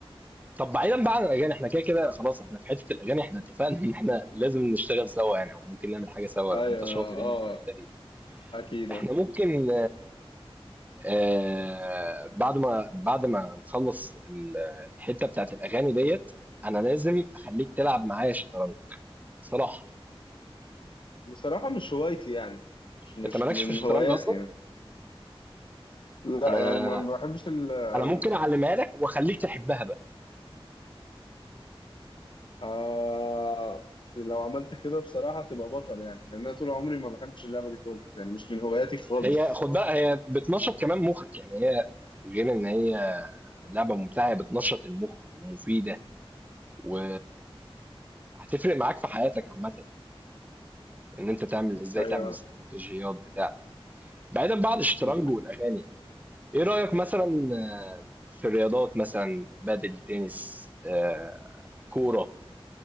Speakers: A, on the right (about 15°); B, on the left (about 55°).
A: طب بعيدا بقى عن الاغاني احنا كده كده خلاص احنا في حته الاغاني احنا اتفقنا ان احنا لازم نشتغل سوا يعني او ممكن نعمل حاجه سوا
B: ايوه
A: لو انت شاطر يعني
B: اه
A: في الحته دي
B: اكيد
A: احنا ممكن آآ بعد ما بعد ما نخلّص ال الحتّة بتاعة الأغاني ديّة، أنا لازم أخلّيك تلعب معايا شطرنج، بصراحة.
B: بصراحه مش هوايتي يعني مش مش
A: أنت ما لكش
B: من
A: في الشطرنج
B: هواياتي
A: أصلًا؟
B: يعني لا
A: أنا
B: يعني ما ما بحبش ال ال-
A: أنا ممكن أعلّمها لك وأخلّيك تحبّها بقى.
B: آه لو عملت كده بصراحه تبقى بطل يعني لان انا طول عمري ما بحبش اللعبه دي خالص يعني مش من هواياتي خالص
A: هي خُد بالك هي بتنشّط كمان مُخّك، يعني هي غير إن هي لعبة ممتعة، هي بتنشّط المُخ ومفيدة و هتفرق معاك في حياتك عامةً، إن أنت تعمل إزاي
B: ايوه
A: تعمل استراتيجيات بتاع بعيدًا بقى عن الشطرنج
B: م.
A: والأغاني يعني. ايه رأيك مثلا آه، في الرياضات مثلا بدل تنس آه، كورة